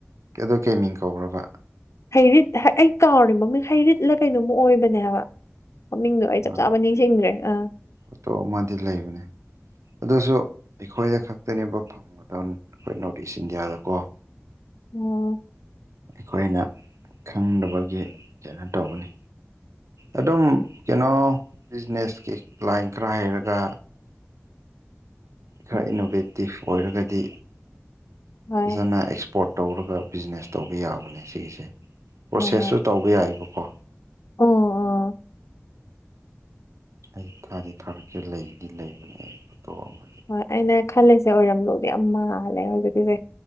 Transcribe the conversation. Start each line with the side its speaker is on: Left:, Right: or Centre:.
Right: ꯀꯦꯗꯣ ꯀꯩ ꯃꯤꯡ ꯀꯧꯕ꯭ꯔꯥꯕꯥ
Left: ꯍꯩꯔꯤꯠ ꯑꯩ ꯀꯥꯎꯔꯦ ꯃꯃꯤꯡ ꯍꯩꯔꯤꯠꯂ ꯀꯩꯅꯣꯝꯃ ꯑꯣꯏꯕꯅꯦ ꯍꯥꯏꯕ ꯃꯃꯤꯡꯗꯣ ꯑꯩ
Right: ꯑꯥ
Left: ꯆꯞ ꯆꯥꯕ ꯅꯤꯡꯁꯤꯡꯗ꯭ꯔꯦ ꯑ
Right: ꯐꯣꯇꯣ ꯑꯃꯗꯤ ꯂꯩꯕꯅꯦ ꯑꯗꯨꯁꯨ ꯑꯩꯈꯣꯏꯗ ꯈꯛꯇꯅꯦꯕ ꯐꯪꯕꯗꯣꯟ ꯑꯩꯈꯣꯏ ꯅꯣ꯭ꯔꯠ ꯏꯁ ꯏꯟꯗꯤꯌꯥꯗꯀꯣ
Left: ꯑꯣ
Right: ꯑꯩꯈꯣꯏꯅ ꯈꯪꯗꯕꯒꯤ ꯀꯩꯅꯣ ꯇꯧꯕꯅꯤ ꯑꯗꯨꯝ ꯀꯩꯅꯣ ꯕꯤꯖꯤꯅꯦꯁꯀꯤ ꯀ꯭ꯂꯥꯏꯟ ꯈꯔ ꯍꯩꯔꯒ ꯈꯔ ꯏꯅꯣꯚꯦꯇꯤꯞ ꯑꯣꯏꯔꯒꯗꯤ
Left: ꯍꯣꯏ
Right: ꯐꯖꯅ ꯑꯦꯛꯁ ꯄꯣꯔꯠ ꯇꯧꯔꯒ ꯕꯤꯖꯤꯅꯦꯁ ꯇꯧꯕ ꯌꯥꯕꯅꯦ ꯁꯤꯒꯤꯁꯦ ꯄ꯭ꯔꯣꯁꯦꯁꯁꯨ
Left: ꯍꯣꯏ ꯍꯣꯏ
Right: ꯇꯧꯕ ꯌꯥꯏꯑꯕꯀꯣ
Left: ꯑꯣ ꯑ
Right: ꯑꯩ ꯊꯥꯗꯤ ꯊꯥꯔꯛꯀꯦ ꯂꯩꯗꯤ ꯂꯩꯕꯅꯦ ꯑꯩ ꯐꯣꯇꯣ ꯑꯃꯗꯤ
Left: ꯍꯣꯏ ꯑꯩꯅ ꯈꯜꯂꯤꯁꯦ ꯑꯣꯏꯔꯝꯗꯧꯗꯤ ꯌꯥꯝ ꯃꯥꯜꯂꯦ ꯍꯧꯖꯤꯛꯀꯤꯁꯦ